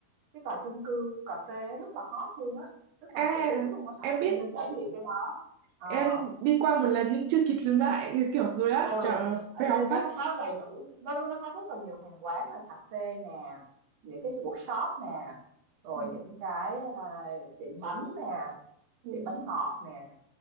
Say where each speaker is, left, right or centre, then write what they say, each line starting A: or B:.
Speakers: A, on the right; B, on the right.
A: cái tòa chung cư cà phê rất là hot luôn á rất là
B: à
A: nổi tiếng luôn á Thảo
B: em biết
A: em nên trải nghiệm cái đó Ờ
B: em đi qua một lần nhưng chưa kịp dừng lại kiểu người á
A: ừ
B: chở
A: ở
B: vèo
A: trên đó
B: phát
A: nó có đầy đủ nó nó nó có rất là nhiều hàng quán là cà phê nè những cái workshop nè rồi
B: Ừ,
A: những cái à, tiệm bánh nè
B: ừ,
A: tiệm bánh ngọt nè